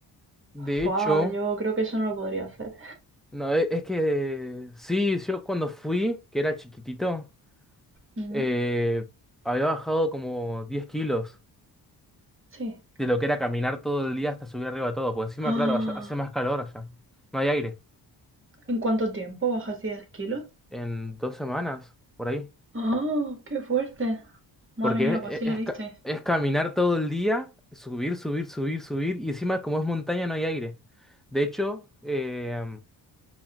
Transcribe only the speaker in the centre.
De
hecho,
no, e- es que sí, yo cuando fui, que era chiquitito,
eh, había bajado como 10 kilos
de lo que era caminar todo el día hasta subir arriba todo, porque encima,
claro, allá hace más
calor allá, no hay aire.
en dos semanas, por ahí.
Porque
es, es-
es ca- es caminar todo el día, subir, subir, subir, subir, y encima como es montaña no hay aire. De hecho, eh,